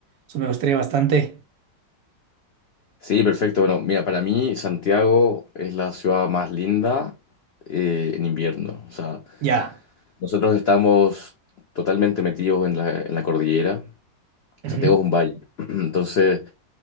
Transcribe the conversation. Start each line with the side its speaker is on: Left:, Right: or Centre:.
Right: Eso me gustaría bastante.
Left: Sí, perfecto. Bueno, mira, para mí Santiago es la ciudad más linda eh, en invierno. O sea,
Right: Ya.
Left: nosotros estamos totalmente metidos en la, en la cordillera.
Right: Ujú.
Left: Santiago es un valle. <clears throat> Entonces,